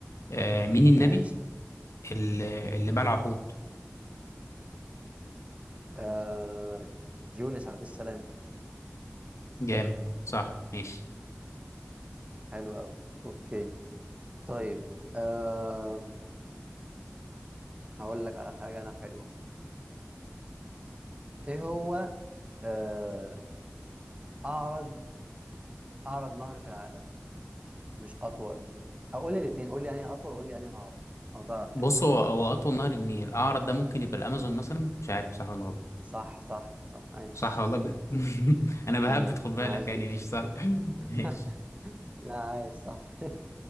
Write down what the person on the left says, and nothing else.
آه مين النبي
اللي, اللي بلع حوت
جامد صح ماشي
بص
هو هو أطول نهر النيل الأعرض ده ممكن يبقى الأمازون مثلا مش عارف صح ولا غلط
صح والله بجد <laughs> أنا بهبت
خد بالك
يعني
مش صح <laughs>
ماشي